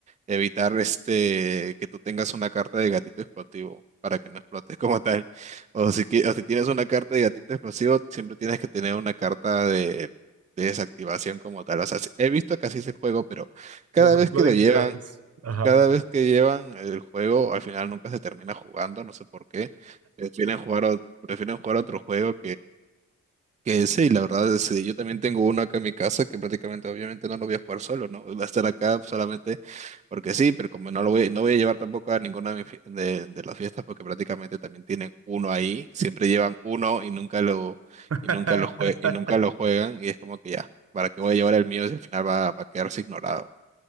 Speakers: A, on the right; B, on the right.
A: evitar este que tú tengas una carta de gatito explosivo para que no explotes <laughs> como tal. O si, qui- o si tienes una carta de gatito explosivo, siempre tienes que tener una carta de, de desactivación como tal. O sea, sí, he visto que así es el juego, pero cada
B: los Exploding
A: vez que lo llevan,
B: Kittens. Ajá.
A: cada vez que llevan el juego, al final nunca se termina jugando, no sé por qué. Prefieren jugar, o- prefieren jugar otro juego que sí, la verdad sí yo también tengo uno acá en mi casa que prácticamente obviamente no lo voy a jugar solo, ¿no? Va a estar acá solamente porque sí, pero como no lo voy, no voy a llevar tampoco a ninguna de, mis fie- de- de las fiestas porque prácticamente también tienen uno ahí, siempre llevan uno y nunca lo,
B: <laughs>
A: y nunca lo jue- y nunca lo juegan y es como que ya, ¿para qué voy a llevar el mío si al final va, va a quedarse ignorado?